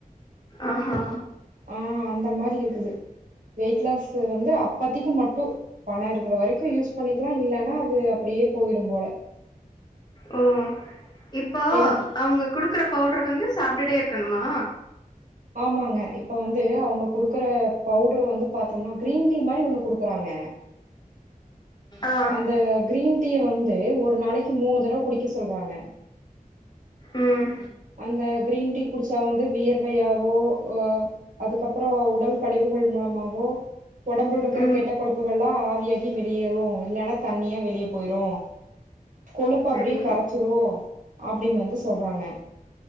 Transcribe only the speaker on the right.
ஆஅந்த மாரி இருக்குது வெயிட் லாஸ் வந்து அப்பத்திக்கு மட்டும் பணம் இருக்கிற வரைக்கும் யூஸ் பண்ணிக்கலா இல்லன்னா அது அப்படியே போயிரும் போல
எங்
ஆமாங்க இப்ப வந்து அவுங்க குடுக்குற பவுடரு வந்து பாத்தோம்னா கிரீன் டீ மாரி ஒண்ணு குடுக்குறாங்க
அந்த கிரீன் டீய வந்து ஒரு நாளைக்கு மூணு தடவ குடிக்க சொல்றாங்க
அந்த கிரீன் டீ குடிச்சா வந்து வியர்வையாவோ அ அதுக்கப்புறம் உடல் கழிவுகள் மூலமாவோ ஒடம்புல்ருக்கிற
கெட்ட கொழுப்புகள்லா ஆவியாகி வெளியேறு இல்லன்னா தண்ணியா வெளியே போயிரும் கொழுப்பு
அப்டியே கரச்சிரு அப்டின்னு வந்து சொல்றாங்க